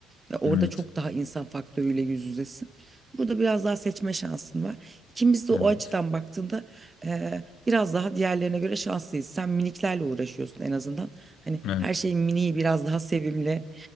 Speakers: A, on the right; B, on the left.
A: Ya orada
B: Evet.
A: çok daha insan faktörüyle yüz yüzesin. Burada biraz daha seçme şansın var. İkimiz de
B: Evet.
A: o açıdan baktığında eee, biraz daha diğerlerine göre şanslıyız. Sen miniklerle uğraşıyorsun en azından. Hani
B: Evet.
A: her şeyin miniği biraz daha sevimli,